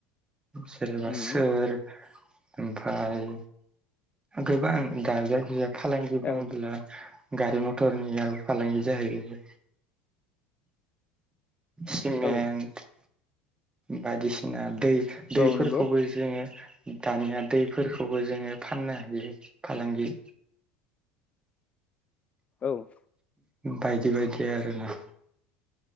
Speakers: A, on the right; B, on the left.
A: सोरबा
B: उम
A: सोर ओमफ्राय गोबां दाजाैजा फालांगि बुङोब्ला
B: औ
A: गारि-मथरनि फालांगि जाहैयो। सिमेन्ट
B: औ
A: बायदिसिना दै-दै
B: औ
A: फोरखौबो
B: नंगौ
A: जोङो दानिया दैफोरखौबो जोङो फाननो हायो फालांगि।
B: औ।
A: बायदि-बायदि आरो ना।